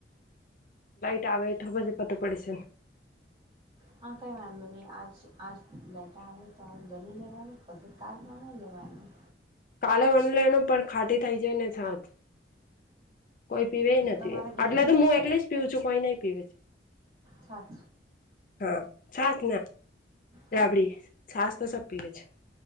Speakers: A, on the left; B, on the right.
A: લાઈટ આવેથવા જ પત પડે છે.
B: હા કઈ વાંધંધો નહી આજ આજ લટા તો લેવાનું પછી તાલમાં ના લેવાનું
A: કાલે વનલાનું પણ ખાટી થઈ જાય ને સાત. કોઈ પીવે નથી
B: તમારા ઘેરની
A: આટલે તો હું
B: છે
A: એટલે જ પીઉું છું કોઈ નહી પીવે છે.
B: સાચ
A: હા છાસ ના
B: તો
A: રાબડી છાસ તો સબ પીવે છે.